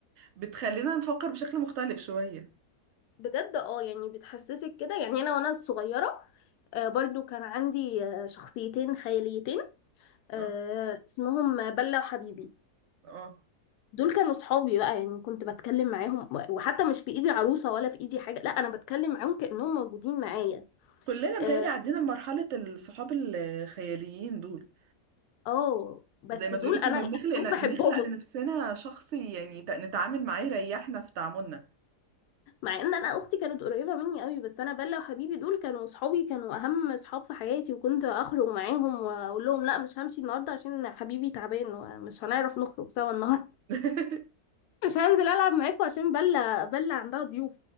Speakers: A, on the right; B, on the left.
A: بتخلينا نفكر بشكل مختلف شوية
B: بجد اه يعني بتحسسك كده يعني انا وانا صغيره آه، برضو كان عندي آه، شخصيتين خياليتين آه،
A: اه
B: اسمهم بلة وحبيبي
A: اه
B: دول كانوا صحابي بقى يعني كنت بتكلم معاهم وحتى مش في ايدي عروسة ولا في ايدي حاجة لا انا بتكلم معاهم كأنهم موجودين معايا
A: كلنا متهيألي
B: اه
A: عدينا بمرحلة الصحاب الخياليين دول
B: آه، بس
A: زي ما
B: دول
A: تقولي كنا
B: انا
A: بنخلق
B: كنت
A: لا
B: بحبهم
A: بنخلق لنفسنا شخص يعني ت- نتعامل معاه يريحنا في تعاملنا
B: مع ان انا اختي كانت قريبه مني قوي بس انا بلا وحبيبي دول كانوا صحابي كانوا اهم صحاب في حياتي وكنت اخرج معاهم واقول لهم لا مش همشي النهارده عشان حبيبي تعبان ومش هنعرف نخرج سوا النهارده
A: <laughs>
B: <laughs> مش هنزل العب معاكم عشان بلا بلا عندها ضيوف